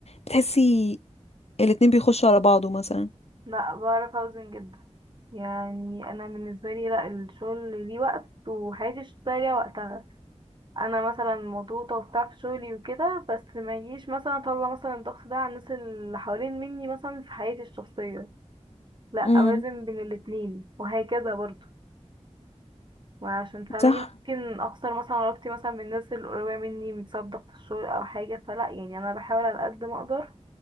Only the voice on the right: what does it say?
لا بعرف اوزن جدا يعني انا بالنسبه لي لا الشغل ليه وقت وحياتي الشخصيه ليها وقتها انا مثلا مضغوطه وبتاع في شغلي وكده بس ما يجيش مثلا اطلع مثلا الضغط ده على الناس اللي حوالين مني مثلا في حياتي الشخصيه لا
اوازن بين الاتنين وهكذا برضه وعشان فاهماني
ممكن اخسر مثلا علاقتي مثلا بالناس القريبه مني بسبب ضغط الشغل او حاجه فلا يعني انا بحاول على قد ما اقدر